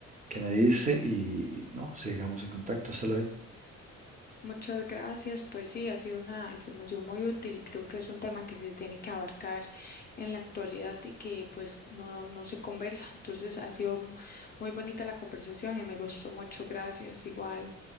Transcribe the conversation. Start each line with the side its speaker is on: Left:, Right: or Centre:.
Right: que me diste y no, sigamos en contacto. Hasta luego.
Left: Muchas gracias. Pues sí, ha sido una información muy útil y creo que es un tema que se tiene que abarcar en la actualidad y que pues no, no se conversa. Entonces ha sido muy bonita la conversación y me gustó mucho. Gracias, igual.